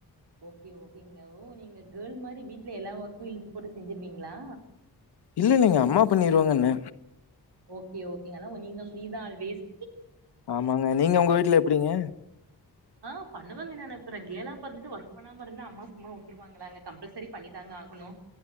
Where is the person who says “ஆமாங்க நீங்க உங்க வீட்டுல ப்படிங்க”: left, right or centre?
Left